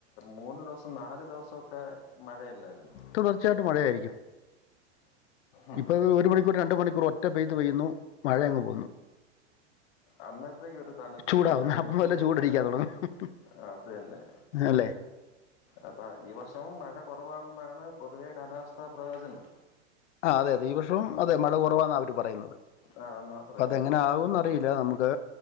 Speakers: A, on the left; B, on the left.
A: മൂന്ന് ദിവസം നാല് ദിവസമൊക്കെ മഴയല്ലായിരുന്നൊ?
B: തുടർച്ചയായിട്ട് മഴയായിരിക്കും.
A: ഉം,
B: ഇപ്പൊ ഒരു മണിക്കൂർ രണ്ട് മണിക്കൂർ ഒറ്റ പെയ്ത് പെയ്യുന്നു മഴയങ്ങ് പോവുന്നു.
A: അന്നേരത്തേക്ക് ഒര് തണുപ്പ്
B: ചൂടാവും
A: പിന്നെ അങ്ങ്
B: അപ്പം
A: ചൂട്
B: വല്ല ചൂടടിക്കാൻ
A: ആഹ്
B: തുടങ്ങും
A: അത് തന്നെ.
B: അല്ലേ
A: അപ്പ ഈ വർഷവും മഴ കുറവാണെന്നാണ് പൊതുവേ കാലാവസ്ഥാ പ്രവചനം.
B: ആഹ് അതെ അതെ ഈ വർഷവും അതെ മഴ കുറവാന്നാ അവര് പറയുന്നത്.
A: ആ എന്നാ
B: അപ്പൊ
A: പറയുന്നെ
B: അതെങ്ങനാകുംന്ന റിയില്ല നമുക്ക്